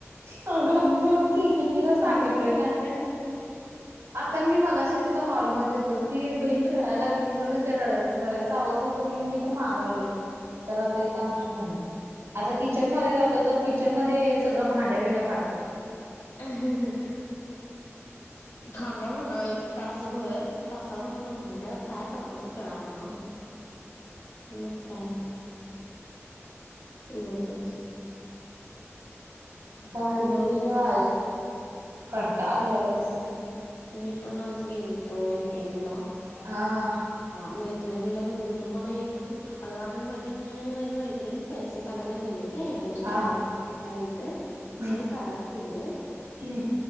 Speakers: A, on the right (about 80°); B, on the left (about 80°).
A: अग बघ की, कितीदा सांगितलोय
B: मोठमोठ्याने
A: काय,
B: बोल
A: आता मी मगाशी हॉलमध्ये हुतो, ती बहीण रडाय लागली. नि म्हणून ते रडायच रडायचा आवाज नको म्हणून मी इथं मागं आलोय. तर आता इथं आमची मम्मी, आता किचन मध्ये जातय तर किचन मध्ये सगळं भांड्या भिंड्या पाडत्या.
B: अ हं हं थांबा म्हणावं एक तासभर, तासाभरान भांड्याव काय करतासा करा म्हणाव, मग काय. उगचच.
A: बाई ये
B: मग
A: बाई, कंटाळ आलाय
B: मी
A: घरात बसून.
B: मी पण आज गेलतो एटीएम ला
A: हा हा.
B: हा, मैत्रणीला घेऊन गेलतो मला येतच अग आम्ही मधी मी आणि माझी मैत्रिण पैसे काढायला गेलय नाही म्हणजे
A: हा
B: कार्याच पैसे आलतं
A: हम्म
B: आणि काढायला गेलोय
A: हम्म